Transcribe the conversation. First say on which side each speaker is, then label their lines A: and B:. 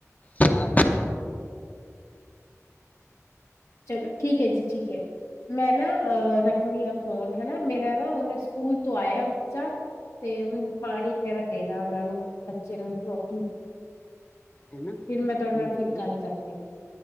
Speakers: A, on the left (about 30°); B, on the left (about 65°).
A: ਹਾਂ।
B: ਚਲੋ ਠੀਕ ਐ ਜੀ, ਠੀਕ ਐ। ਮੈਂ ਨਾ ਰਖ ਮੇਰਾ ਫੋਨ ਹਨਾ ਮੇਰਾ ਨਾ ਉਹਨੇ ਸਕੂਲ ਤੋਂ ਆਇਆ ਬੱਚਾ ਤੇ ਹੁਣ ਪਾਣੀ ਵਗੈਰਾ ਦੇ ਦਾ ਉਹਨਾਂ ਨੂੰ ਬੱਚੇ ਨੂੰ ਰੋਟੀ।
A: ਹੈਨਾ
B: ਫਿਰ ਮੈਂ ਤੁਹਾਡੇ ਨਾਲ
A: ਹੈਲੋ
B: ਫਿਰ ਗੱਲ ਕਰਨੀ।